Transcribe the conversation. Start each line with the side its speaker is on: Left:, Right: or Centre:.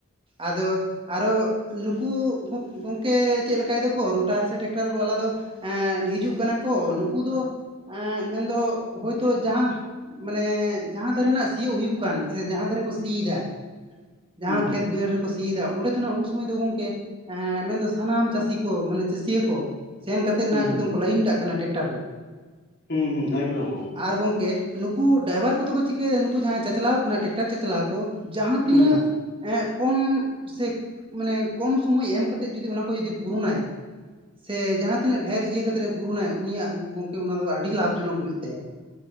Right: ᱟᱫᱚ ᱟᱨᱦᱚᱸ ᱱᱩᱠᱩ ᱜᱚᱝᱼᱼ ᱜᱚᱝᱠᱮ ᱪᱮᱫ ᱞᱮᱠᱟᱭ ᱮᱫᱟᱠᱚ ᱨᱳᱣᱴᱟᱨ ᱥᱮ ᱴᱨᱟᱠᱴᱟᱨ ᱵᱟᱞᱟ ᱫᱚ ᱮᱸ ᱦᱤᱡᱩᱜ ᱠᱟᱱᱟ ᱠᱚ ᱱᱩᱠᱩ ᱫᱚ ᱮ ᱢᱮᱱ ᱫᱚ ᱦᱚᱭᱛᱚ ᱡᱟᱦᱟᱸ ᱢᱟᱱᱮ ᱡᱟᱦᱟᱸ ᱫᱷᱟᱨᱮᱱᱟᱜ ᱥᱤᱭᱩᱜ ᱦᱩᱭᱩᱜ ᱠᱟᱱ ᱥᱮ ᱡᱟᱦᱟᱸ ᱫᱷᱟᱨᱮ ᱠᱚ ᱥᱤᱭ ᱮᱫᱟ᱾ ᱡᱟᱦᱟᱸ
Left: ᱦᱩᱸ ᱦᱩᱸ
Right: ᱠᱷᱮᱛ ᱵᱟᱹᱭᱦᱟᱹᱲ ᱨᱮ ᱠᱚ ᱥᱤᱭ ᱮᱫᱟ, ᱚᱸᱰᱮ ᱫᱚ ᱱᱷᱟᱜ ᱩᱱ ᱥᱚᱢᱚᱭ ᱫᱚ ᱜᱚᱢᱠᱮ ᱢᱮᱱ ᱫᱚ ᱥᱟᱱᱟᱢ ᱪᱟᱹᱥᱤ ᱠᱚ ᱢᱟᱱᱮ ᱪᱟᱹᱥᱤᱭᱟᱹ ᱠᱚ ᱥᱮᱱ ᱠᱟᱛᱮᱫ
Left: ᱦᱩᱸ
Right: ᱱᱷᱟᱜ ᱮᱠᱫᱚᱢ
Left: ᱦᱩᱸ
Right: ᱠᱚ ᱞᱟᱭᱤᱱ ᱠᱟᱜ ᱠᱟᱱᱟ ᱴᱨᱟᱠᱴᱚᱨ ᱨᱮ᱾
Left: ᱦᱩᱸ, ᱦᱩᱸ, ᱮᱠᱫᱚᱢ ᱜᱚᱝᱠᱮ
Right: ᱟᱨ ᱜᱚᱝᱠᱮ ᱱᱩᱠᱩ ᱰᱨᱟᱭᱵᱷᱟᱨ ᱠᱚᱫᱚ ᱠᱚ ᱪᱤᱠᱟᱹᱭ ᱮᱫᱟ, ᱱᱩᱠᱩ ᱡᱟᱦᱟᱸᱭ ᱪᱟᱪᱞᱟᱣ ᱠᱷᱚᱱᱟᱜ ᱴᱨᱟᱠᱴᱚᱨ ᱪᱟᱪᱞᱟᱣ ᱠᱚ ᱡᱟᱦᱟᱸ ᱛᱤᱱᱟᱹᱜ
Left: ᱦᱩᱸ ᱦᱩᱸ
Right: ᱦᱮᱸᱻ ᱠᱚᱢ ᱥᱮ ᱢᱟᱱᱮ ᱠᱚᱢ ᱥᱚᱢᱚᱭ ᱮᱢ ᱠᱟᱛᱮᱫ ᱡᱩᱫᱤ ᱚᱱᱟ ᱠᱚ ᱡᱩᱫᱤ ᱯᱩᱨᱩᱱᱟᱭ, ᱥᱮ ᱡᱟᱦᱟᱸ ᱛᱤᱱᱟᱹᱜ ᱰᱷᱮᱨ ᱤᱭᱟᱹ ᱠᱟᱛᱮᱫ ᱮ ᱯᱩᱨᱩᱱᱟᱭ ᱩᱱᱤᱭᱟᱜ ᱜᱚᱢᱠᱮ ᱚᱱᱟ ᱫᱚ ᱟᱹᱰᱤ ᱞᱟᱵᱷ ᱡᱚᱱᱚᱠ ᱦᱩᱭᱩᱜ ᱛᱟᱭᱟ᱾